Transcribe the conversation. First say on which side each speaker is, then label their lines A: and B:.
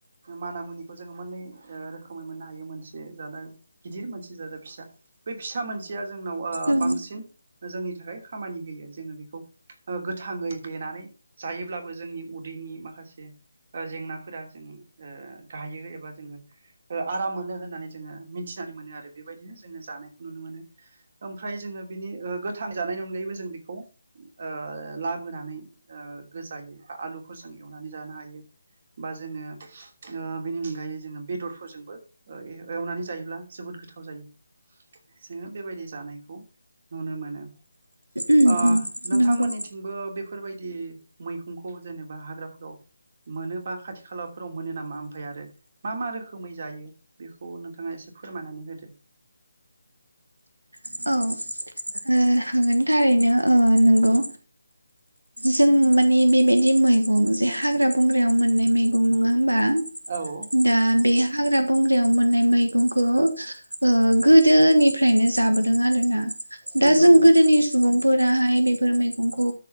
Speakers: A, on the right; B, on the right.
A: माना मुनिखौ जोङो मोननै ओ रोखोम मै मोननो हायो। मोनसे जादों गिदिर मोनसे जादों फिसा। बै फिसा मोनसेया जोंनाव ओ
B: औ
A: बांसिन जोंनि थाखाय खामानि होयो जोङो बेखौ गोथाङै देनानै जायोब्लाबो जोंनि बदिनि माखासे ओ जेंनाफोरा जों ओ गायो एबा जोङो ओ आराम मोनो होननानै जोङो मिथिनानै मोनो आरो बेबायदिनो जोङो जानायखौ नुनो मोनो। ओमफ्राय जोङो बिनि ओ गोथां जानायनि अनगायैबो जों बेखौ ओ लाबोनानै ओ गोजायै बा आलुफोरजों एवनानै जानो हायो। बा जोङो ओ बेनि अनगायै जोङो बेदर फोरजोंबो ओ एवनानै जायोब्ला जोबोद गोथाव जायो। जोङो बेबायदि जानायखौ नुनो मोनो।
B: उम
A: अ
B: उम
A: नोंथांमोननिथिंबो
B: नंगौ
A: बेफोरबायदि मैगंखौ जेनेबा हाग्राफोराव मोनोबा खाथि खालाफोराव मोनो नामा ओमफ्राय आरो मा मा रोखो रोखोमै जायो बेखौ नोंथाङा एसे फोरमायनानै होदो।
B: औ। ओ थारैनो ओ नोंगौ। जों माने बेबायदि मैगं जे हाग्रा बंग्रायाव मोननाय मैगं नङा होमबा?
A: औ।
B: दा बे हाग्रा बंग्रायाव मोननाय मैगंखौ ओ गोदोनिफ्रायनो जाबोदों आरोना। दा
A: नंगौ
B: जों गोदोनि सुबुंफोराहाय बेफोर मैगंखौ